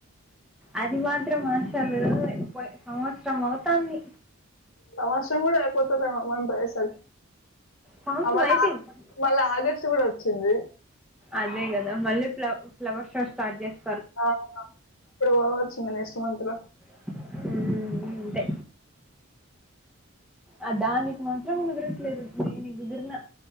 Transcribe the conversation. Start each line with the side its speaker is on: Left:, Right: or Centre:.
Centre: అది మాత్రం ఆసలు సంవత్సరం అవుతంది
Left: సంవత్సరం కూడా అయిపోతది ఏమో మనం పోయేసరికి
Centre: సంవత్సరం
Left: ఆవలే
Centre: అయిపోయింది
Left: మళ్ళా ఆగస్టు కూడా వచ్చింది
Centre: అదే కదా మళ్ళీ ఫ్ల ఫ్లవర్ షో స్టార్ట్ చేస్త
Left: శ్రావణంలో అప్పుడు పోవచ్చు నెక్స్ట్ మంత్ లో
Centre: ఉ అంటే ఆ దానికి మాత్రం కుదరట్లేదు దేనికి కుదిరిన